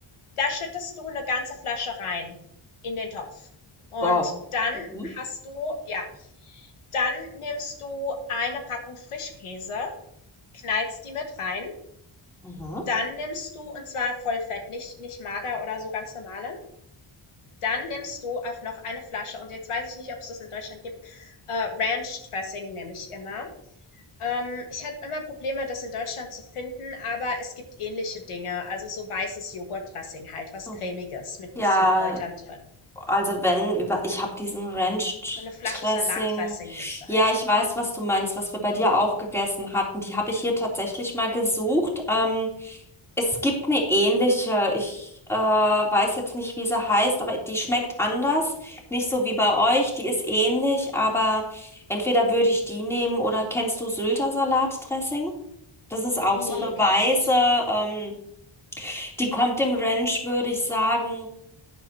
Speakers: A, on the left; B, in the centre.
A: Da schüttest du eine ganze Flasche rein in den Topf. Und
B: Wow.
A: dann
B: Mhm.
A: hast du, ja, dann nimmst du eine Packung Frischkäse, knallst die mit rein.
B: Mhm.
A: Dann nimmst du, und zwar Vollfett, nicht, nicht mager oder so ganz normalen. Dann nimmst du auch noch eine Flasche, und jetzt weiß ich nicht, ob es das in Deutschland gibt, äh, Ranch Dressing nehme ich immer. Ähm, ich hatte immer Probleme, das in Deutschland zu finden, aber es gibt ähnliche Dinge. Also so weißes Joghurtdressing halt, was
B: Hm.
A: Cremiges mit
B: Ja,
A: bisschen Kräutern drin.
B: Also wenn über, ich habe diesen Ranch
A: So eine Flasche
B: Dressing.
A: Salatdressing nimmst du
B: Ja,
A: halt.
B: ich weiß, was du meinst, was wir bei dir auch gegessen hatten. Die habe ich hier tatsächlich mal gesucht. Ähm, es gibt eine ähnliche. Ich äh, weiß jetzt nicht, wie sie heißt, aber die schmeckt anders. Nicht so wie bei euch.
A: Mhm.
B: Die ist ähnlich, aber entweder würde ich die nehmen oder kennst du Sylter Salatdressing? Das ist auch
A: Nee,
B: so eine
A: kenne
B: weiße.
A: ich nicht.
B: Ähm, die kommt dem Ranch, würde ich sagen